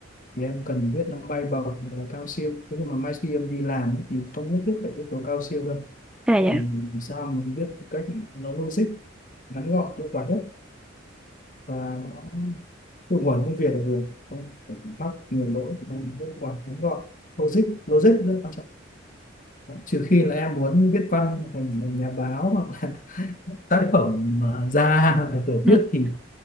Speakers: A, on the left (about 40°); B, in the centre.
A: thì em cần biết nó bay bổng hoặc là cao siêu thế nhưng mà mai khi em đi làm ấy, thì không nhất thiết phải biết tố cao siêu đâu
B: à dạ
A: mình làm sao mình biết một cách nó logic ngắn gọn hiệu quả nhất và nó hiệu quả công việc là được không phải mắc nhiều lỗi mà mình biết hiệu quả ngắn gọn logic logic rất quan trọng Đấy, trừ khi là em muốn viết văn thành thành nhà báo hoặc là <laughs> tác phẩm mà ra về tiểu
B: <laughs>
A: thuyết thì